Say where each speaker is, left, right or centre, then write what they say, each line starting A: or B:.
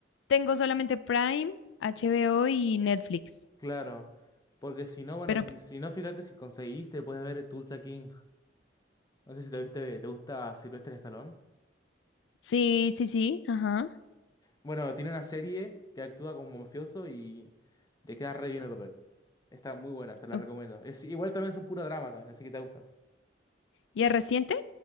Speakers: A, on the left (about 80°); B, on the left (about 20°).
A: tengo solamente Prime, HBO y Netflix.
B: Claro, porque si no, bueno,
A: Pero
B: si, si no, fíjate si conseguiste, puedes ver Tulsa King. No sé si te viste, ¿te gusta Sylvester Stallone?
A: sí, sí, sí, ajá.
B: Bueno, tiene una serie que actúa como mafioso y le queda re bien el papel. Está muy buena, te la
A: Ok.
B: recomiendo. Es, igual también es un puro drama también, así que te gusta.
A: ¿Y es reciente?